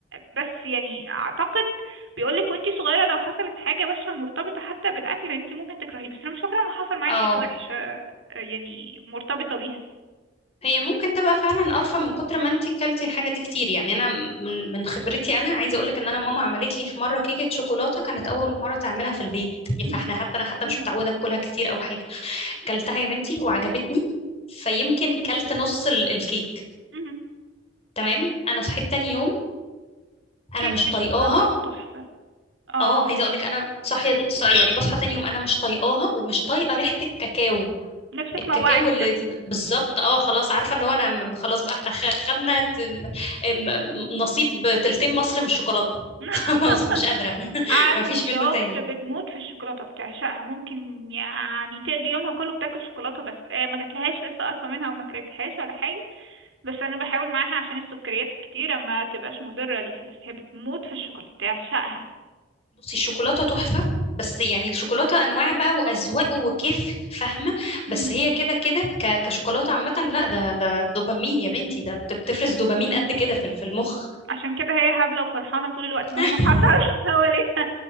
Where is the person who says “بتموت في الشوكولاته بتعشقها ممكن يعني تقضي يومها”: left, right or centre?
Right